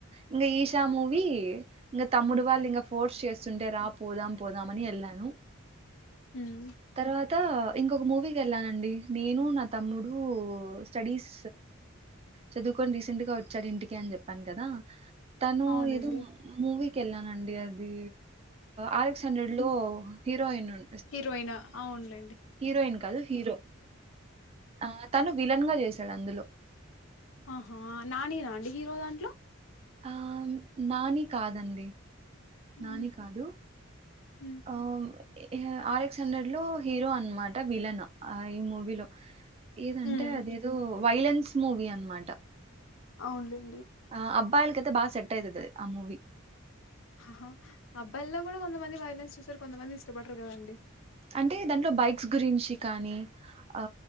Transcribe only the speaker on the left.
ఉమ్
అవునండి
హీరోయినా అవునులెండి
ఆహా నాని ఆ అండి హీరో దాంట్లో
ఉమ్
ఉమ్
ఉమ్
అవునులే
ఆహా అబ్బాయిల్లో కూడా కొంతమంది వైలెన్స్ చూసారు కొంతమంది ఇష్టపడరు కదండి